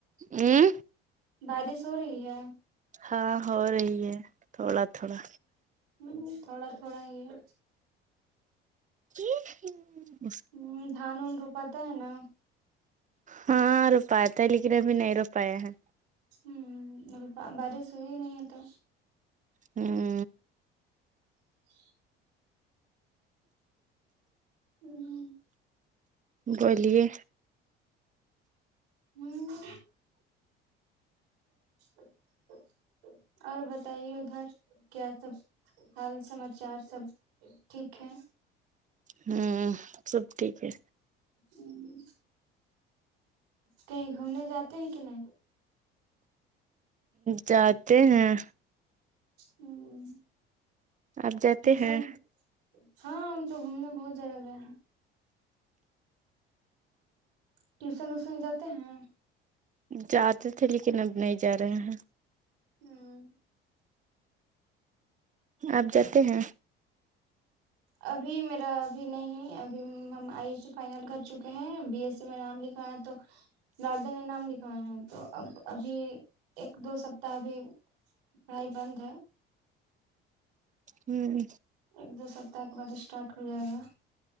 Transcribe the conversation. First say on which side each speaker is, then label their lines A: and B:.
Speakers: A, on the right; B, on the right.
A: ہوں
B: بارش ہو رہی ہے
A: ہاں ہو رہی ہے تھوڑا تھوڑا
B: ہوں تھوڑا تھوڑا ہی ہے
A: کہ ہاں
B: ہ دھان اون پتا ہے نا
A: ہاں رو پایا لیکن ابھی نہیں رو پایا ہے
B: ہوں ابی بارش ہوئی نہیں ہے تو
A: ہوں
B: <inaudible> ہوں
A: بولیے
B: ہوں <inaudible> اور بتائیے ادھر کیا سب حال سماچار سب ٹھیک ہے
A: ہوں سب ٹھیک ہے
B: ہوں کہیں گھومنے جاتے ہیں کہ نہیں
A: جاتے ہیں
B: ہوں
A: آپ جاتے
B: ٹیشن
A: ہیں
B: ہاں ہم تو گھومنے بہت جگہ گیا ہے ٹیوشن ویوسن جاتے ہیں
A: جاتے تھے لیکن اب نہیں جا رہے ہیں
B: ہمم
A: آپ جاتے ہیں
B: ابھی میرا ابھی نہیں ابھی ہم آئی ایس سی فائنل کر چکے ہیں بی ایس سی میں نام لکھ ہاں تو لارڈن یہ نام لکھوا ہیں تو اب ابھی ایک دو سپتاح ابھی پڑھائی بند ہے
A: ہوں
B: ایک دو سپتاح کے بعد اسٹارٹ ہو جائے گا